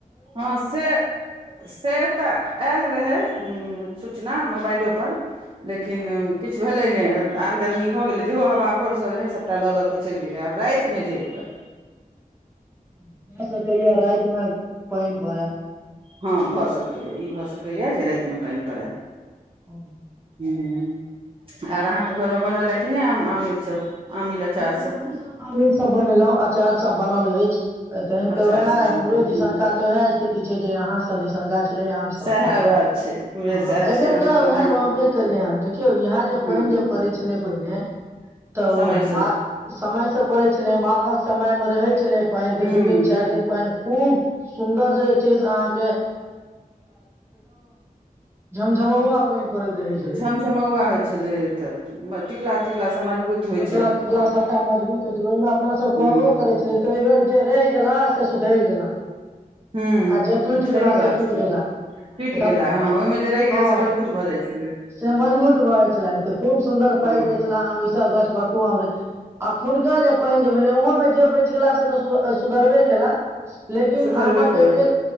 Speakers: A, on the right; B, on the right.
A: हाँ से से ते आएल रहै। ह्म्म सूचना मुबाएलो पर। लेकिन
B: भए
A: किछ भेलै नै, आर गर्मी भऽ गेलै जेहो हवा भोर से रहै सबटा लऽ दऽ के चैल गेलै आब राएत मे जे हुएआ।
B: <unintelligible> ते कहिया राएत मे पेएन पड़ै।
A: हाँ भऽ सकै या ई भऽ स कै या जे राएत मे पेएन पड़ै।
B: हँ
A: ह्म्म आर अहाँ के घर मे बनल ए कि नै आम आमिल सब। आमिल अचार
B: हाँ हमु सब आमिल सब बनेलौ, अचार सब बनल एछ। अ तहन ते
A: अचार
B: उहाए
A: सब बनलै
B: हमरो दिसनका
A: हूँ
B: ते उहाए स्थिति छै जे अहाँ सब दिसनका छलै आम सबके
A: सएह
B: लऽ क,
A: बात छै पूरे
B: हां
A: सएह
B: एबेर
A: छै आम
B: ते
A: के ओते
B: उहाए रहबे केले हन, देखियौ इहाए जे
A: हँ
B: पेएन जे पड़ै छलै। पहिने तऽ
A: समयसँ
B: ओ मा समय से पड़ै छलै, माघक समय मे रहै छलै पेएन,
A: हूँ
B: ते दू दिन, चार दिन पेएन खूब सुन्दर से छै से अहाँ के झमझमौआ पानि पड़ैत रहै छलै
A: झमझमौवा होय छलै तऽ म टिकला तिकला स मजबूत होय
B: कतला तुतला सबटा मजबूत होय छै ओहि मे अपना सब कहबो
A: हूँ
B: करे छल त बेर जे रहि गेला। सुधरि गेल।
A: हूँ
B: <unintelligible> आ जे टुटि
A: सही
B: गेला
A: बात
B: से टुटि
A: छै
B: गेला
A: टूटि
B: हँ
A: गेला ओहिमे जे रहि गेल से मजबूत भऽ जाइ छलै
B: -से मजबूत भऽ जाइ छले तऽ खूब सुन्दर पाकि
A: हँ
B: जाइ छल आ ईसभ ग। क। <unintelligible> हुनका जे पेएन जे भेले उहो मे जेबै टिकला से तऽ सुध अ सुधरबे केला। लेकिन
A: सुधरबे
B: आम
A: केलै
B: के